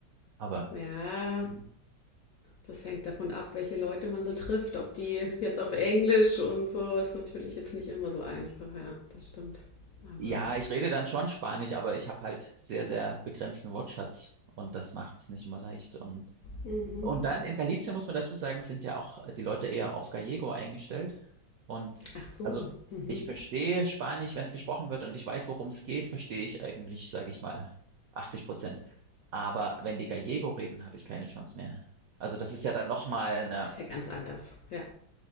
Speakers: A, on the right; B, on the left.
A: Aber
B: ja,
A: mhm.
B: Das hängt davon ab, welche Leute man so trifft, ob die jetzt auf Englisch und so, ist natürlich jetzt nicht immer so einfach, ja, das stimmt. Aber,
A: ja, ich rede dann schon Spanisch, aber ich habe halt sehr, sehr begrenzten Wortschatz und das macht's nicht immer leicht. Und
B: mhm.
A: Und dann in Galicien muss man dazu sagen, sind ja auch äh, die Leute eher auf Gallego eingestellt. Und
B: ach so,
A: also
B: mhm.
A: ich verstehe Spanisch, wenn es gesprochen wird und ich weiß, worum es geht, verstehe ich eigentlich, sage ich mal, 80 Prozent. Aber wenn die Gallego reden, habe ich keine Chance mehr. Also das ist ja dann nochmal eine,
B: ist ja ganz anders, ja.